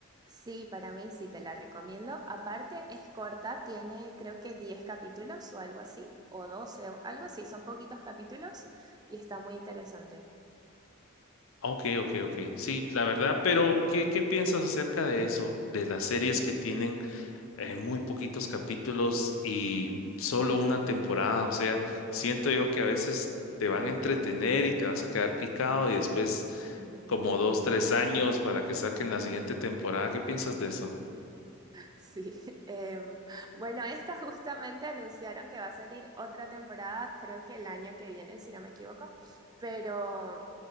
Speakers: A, on the right; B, on the left.
A: Sí, para mí sí te la recomiendo. Aparte, es corta, tiene creo que 10 capítulos o algo así, o 12 o algo así, son poquitos capítulos y está muy interesante.
B: Ok, ok, ok. Sí, la verdad, pero ¿qué, qué piensas acerca de eso? De las series que tienen eh, muy poquitos capítulos y solo una temporada. O sea, siento yo que a veces te van a entretener y te vas a quedar picado y después
A: <laughs>
B: como dos, tres años para que saquen la siguiente temporada. ¿Qué piensas de eso?
A: Sí, <laughs> em, bueno, esta justamente anunciaron que va a salir otra temporada, creo que el año que viene, si no me equivoco, pero